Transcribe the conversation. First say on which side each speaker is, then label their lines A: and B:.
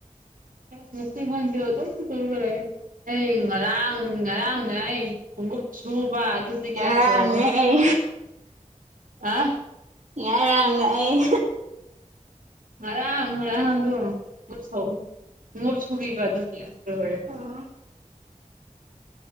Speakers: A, on the right; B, on the right.
A: ꯃ ꯐꯗꯦ ꯑꯗꯨꯝ ꯆꯨꯔꯒ ꯂꯩꯔꯦ ꯑꯩ ꯉꯔꯥꯡ ꯉꯔꯥꯡꯅ ꯑꯩ ꯈꯣꯡꯎꯞ ꯁꯨꯕ ꯑꯗꯨꯗꯒꯤ
B: ꯉꯔꯥꯡꯅꯦ
A: ꯑꯁ ꯂꯣꯏꯔꯦ
B: ꯑꯩ
A: ꯑ
B: ꯏ ꯉꯥꯏ ꯑꯔꯥꯡꯅ ꯑꯩ
A: ꯉꯔꯥꯡ ꯉꯔꯥꯡꯗꯣꯣꯠ ꯁꯨꯕꯤꯕ ꯑꯗꯨꯒꯤ ꯌꯥꯝ ꯂꯔꯦ
B: ꯑꯣ